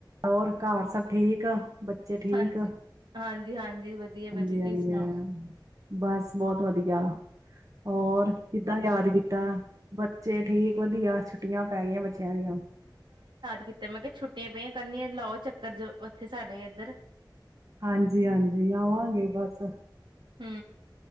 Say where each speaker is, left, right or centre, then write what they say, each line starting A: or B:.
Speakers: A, on the right; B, on the right.
A: ਹੋਰ ਘਰ ਸਭ ਠੀਕ, ਬੱਚੇ ਠੀਕ
B: ਹਾਂਜੀ
A: ਆ ਹਾਂਜੀ-ਹਾਂਜੀ
B: ਹਾਂਜੀ ਹਾਂਜੀ ਵਧੀਆ ਵਧੀਆ ਤੁਸੀਂ ਸੁਣਾਓ
A: ਬਸ ਬਹੁਤ ਵਧੀਆ, ਜਾਂ, ਹੋਰ ਕਿੱਦਾਂ ਯਾਦ ਕੀਤਾ। ਬੱਚੇ ਠੀਕ ਵਧੀਆ ਛੁੱ ਟੀਆਂ ਪੈ ਗਈਆਂ ਬੱਚਿਆਂ ਦੀਆਂ,
B: ਕੀਤੇ ਮੈਂ ਕਿਹਾ ਛੁੱਟੀਆਂ ਪਈਆਂ ਕਰਨੀਆਂ ਲਾਓ ਚੱਕਰ ਜੋ ਉੱਥੇ ਸਾਡੇ ਇੱਧਰ।
A: ਹਾਂਜੀ-ਹਾਂਜੀ ਆਵਾਂਗੇ ਬਸ,
B: ਹੂੰ,